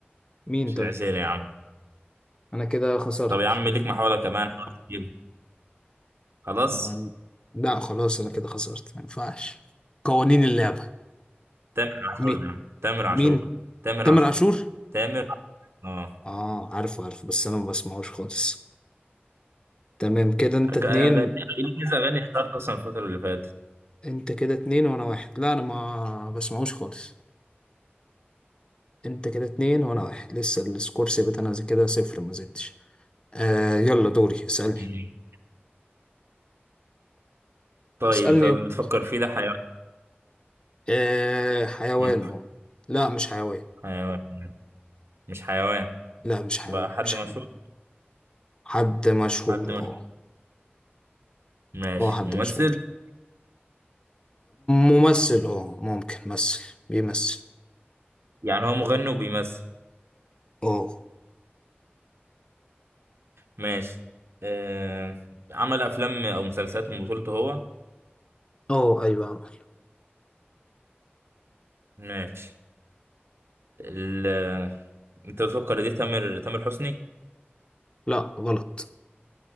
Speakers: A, on the left; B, on the right.
A: مين
B: مش
A: طيب؟
B: العسير يا عم
A: أنا كده خسرت
B: طب يا عم ليك محاولة كمان حاول تجيب خلاص
A: مم. لا خلاص انا كده خسرت ما ينفعش قوانين اللعبة
B: تامر عاشور
A: مين
B: يا عم تامر
A: مين
B: عاشور تامر
A: تامر
B: عاشور
A: عاشور
B: تامر اه
A: اه عارفه عارفه بس انا ما بسمعوش خالص تمام كده انت اتنين
B: ك- أغاني إليسا أغاني اشتهرت أصلا الفترة اللي فاتت
A: انت كده اتنين وانا واحد لا انا ما بسمعوش خالص انت كده اتنين وانا واحد لسه السكور ثابت انا زي كده صفر ما زدتش آه يلا دوري اسألني
B: مم. طيب
A: اسألني
B: أنت بتفكر
A: يلا.
B: فيه ده حيوان
A: آه حيوان
B: مش
A: اه لا مش حيوان
B: حيوان مش حيوان
A: لا مش حيوان
B: بقى حد
A: مش حيوان
B: مشهور
A: حد مشهور
B: حد مشهور
A: اه
B: ماشي
A: اه حد
B: ممثل
A: مشهور ممثل اه ممكن ممثل بيمثل
B: يعني هو مغني وبيمثل
A: اه
B: ماشي آه... عمل أفلام أو مسلسلات من بطولته هو
A: اه ايوه عمل
B: ماشي ال... أنت بتفكر دي تامر تامر حسني
A: لا غلط